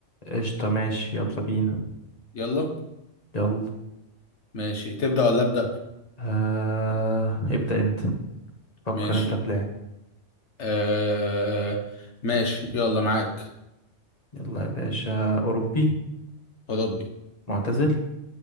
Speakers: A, on the left; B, on the left.
A: قشطة ماشي يلا بينا
B: يلا
A: يلا
B: ماشي تبدأ ولا أبدأ
A: آه... ابدأ انت فكر
B: ماشي
A: انت في لاعب
B: آه... ماشي يلا معاك
A: يلا يا باشا اوروبي
B: أوروبي
A: معتزل